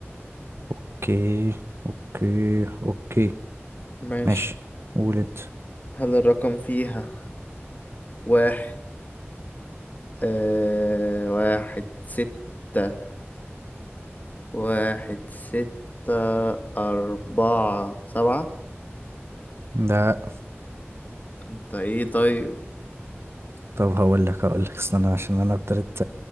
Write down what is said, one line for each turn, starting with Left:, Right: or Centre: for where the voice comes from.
Right: اوكي اوكي اوكي
Left: ماشي
Right: ماشي قول انت
Left: هل الرقم فيها واحد آه واحد ستة واحد ستة أربعة سبعة
Right: ده
Left: انت ايه طيب
Right: طب هقول لك هقول لك استنى عشان انا ابتديت